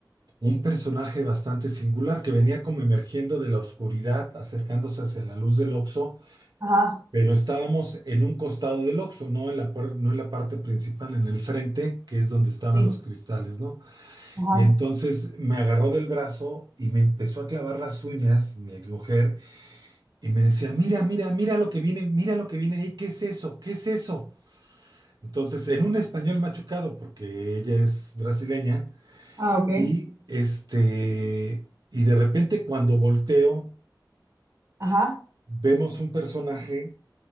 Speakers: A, on the right; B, on the right.
A: un personaje bastante singular que venía como emergiendo de la oscuridad, acercándose hacia la luz del oxxo
B: Ajá.
A: pero estábamos en un costado del oxxo no en la, puer- no en la parte principal, en el frente, que es donde estaban
B: Sí.
A: los cristales, ¿no?
B: Ajá.
A: Y entonces me agarró del brazo y me empezó a clavar las uñas, mi exmujer, y me decía, mira, mira, mira lo que viene, mira lo que viene ahí, ¿qué es eso? ¿Qué es eso? Entonces, en un español machucado, porque ella es brasileña,
B: Ah, ok.
A: Y este, y de repente cuando volteo,
B: Ajá.
A: vemos un personaje